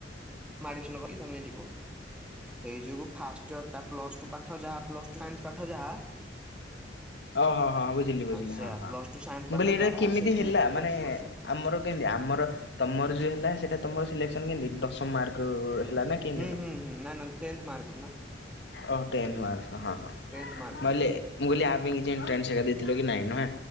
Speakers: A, in the centre; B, on the left.
A: ଆଡମିସନ ନବ କି ତମେ ଯିବ ସେଇ ଯୋଗୁଁ ଫାଷ୍ଟ ଇୟର ଟା ପ୍ଲସ ଟୁ ପାଠ ଯାହା ପ୍ଲସ୍ ଫାଞ୍ଚ ପାଠ ଯାହା
B: ଓ ହୋ ହଁଁ ବୁଝିଲି ବୁଝିଲି
A: ସେୟା
B: ହଁ ହଁ।
A: ପ୍ଲସ୍ ଟୁ ସାଇନ୍ସ
B: ମୁଁ
A: ପାଠ
B: କହିଲି ଏଇଟା
A: ଯାହା
B: କେମିତି
A: ସେ
B: ହେଲା
A: ଥ୍ରୀ
B: ମାନେ
A: ଇୟର୍ସ କରୁଛନ୍ତି
B: ଆମର କେମିତି ଆମର ତମର ଯୋଉ ହେଲା ସେଇଟା ତମର ସିଲେକ୍ସନ କେମିତି ଦଶମ ମାର୍କରୁ ହେଲା ନା କେନ୍ଦ୍
A: ହୁଁ
B: ହେଲା
A: ହୁଁ ହୁଁ ନାଇଁ ନାଇଁ ଟେନ୍ଥ ମାର୍କରୁ ନା
B: ଓହୋ ଟେନ୍ଥ ମାର୍କ ହଁ ହଁ
A: ଟେନ୍ଥ ମାର୍କରୁ
B: ଭହେଲେ ମୁଁ କହିଲି ଆ ପାଇଁ କିଛି ଏଣ୍ଟ୍ରାନ୍ସ ହେ ଏକା ଦେଇଥିଲ କି ନାଇଁ ନୁହେଁ।